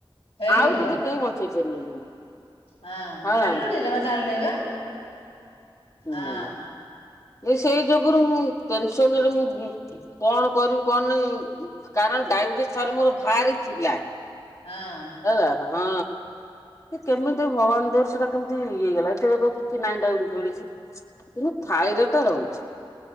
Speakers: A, on the left; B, on the left.
A: ହେଇଯିବ
B: ଆଉ ତୋତେ କେହି ବଛେଇଁ ପାରିବେନି।
A: ହଁ
B: ହେଲା
A: ଚାଲୁନି ଜମା ଚାଲୁନି ବା।
B: ହୁଁ
A: ହଁ।
B: ସେଇ ଯୋଗୁରୁ ମୁଁ ଟେନସନରେ ମୁଁ କଣ କରିବି କଣନାଇ। କାରଣ ଡାଇବେଟିସି ଥରେ ମୋର ଭାରି ଥିଲା।
A: ହଁ।
B: ହେଲା ହଁ। କେମିତି ଭଗବାନ ଦୟାରୁ ସେଟା କେମିତି ଇଗଲା ଏଥବେ ତ କିଛି ନାଇଁଟା ଉଡିଛି। କିନ୍ତୁ ଥାଇର ଟା ରହୁଛି।